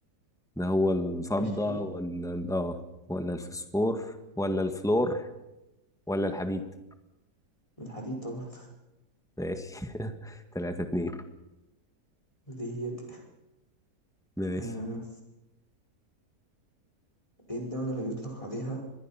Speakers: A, in the centre; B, on the left.
A: ده هو الفضة
B: اف اي
A: ولا ال- اه ولا الفوسفور ولا الفلور ولا الحديد
B: الحديد طبعًا
A: ماشي <laughs> 3 2
B: <laughs> بديهياتي
A: ماشي
B: آآ إيه الدولة اللي بيطلق عليها